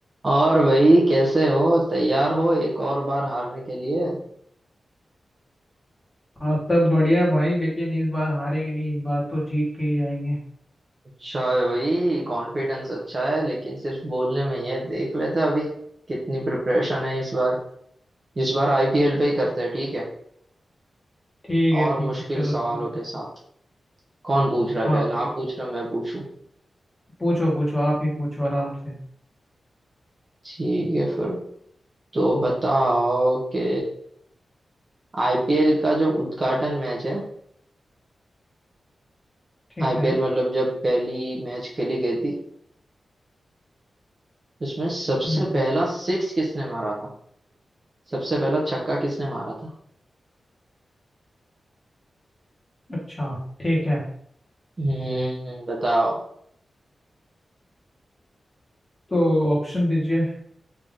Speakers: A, on the right; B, on the left.
A: और भाई कैसे हो तैयार हो एक और बार हारने के लिए
B: हाँ सब बढ़िया भाई लेकिन इस बार हारेंगे नहीं इस बार तो जीत के ही जाएंगे
A: अच्छा है भाई कॉन्फिडेंस अच्छा है लेकिन सिर्फ बोलने में ही है देख लेते हैं अभी कितनी प्रिपरेशन है इस बार इस बार आईपीएल पे ही करते हैं ठीक है
B: ठीक है
A: और
B: ठीक
A: मुश्किल
B: है चलो
A: सवालों
B: शुरू करो।
A: के साथ कौन पूछ रहा है
B: हाँ
A: पहला
B: बिल्कुल
A: आप पूछ रहे हो मैं पूछूं
B: पूछो पूछो आप ही पूछो आराम से
A: ठीक है फिर तो बताओ कि आईपीएल का जो उद्घाटन मैच है
B: ठीक
A: आईपीएल
B: है
A: मतलब जब पहली मैच खेली गई थी उसमें सबसे
B: हम्म
A: पहला सिक्स किसने मारा था सबसे पहला छक्का किसने मारा था
B: अच्छा ठीक है
A: हम्म बताओ
B: तो ऑप्शन दीजिए